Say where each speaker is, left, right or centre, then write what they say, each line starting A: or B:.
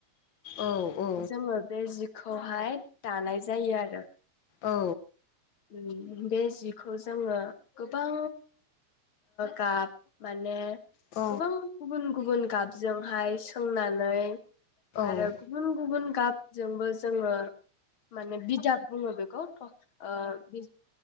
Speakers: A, on the left; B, on the left.
A: औ औ।
B: जोङो बे जिखौहाय दानाय जायो आरो।
A: औ।
B: ओम बे जिखौ जोङो ओ गोबां गाब माने
A: औ
B: गोबां गुबुन गुबुन गुबुन गाबजोंहाय। सोंनानै आरो
A: औ
B: गुबुन गुबुन गाब जोंबो जोङो। माने बिदाब बुंङो बेखौ खौ। त ओ बि